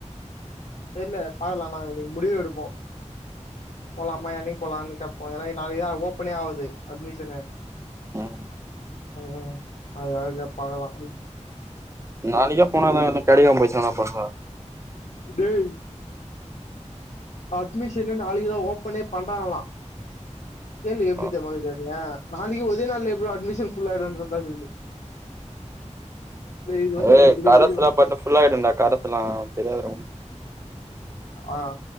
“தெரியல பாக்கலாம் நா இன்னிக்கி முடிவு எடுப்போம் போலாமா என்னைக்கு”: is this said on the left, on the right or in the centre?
Left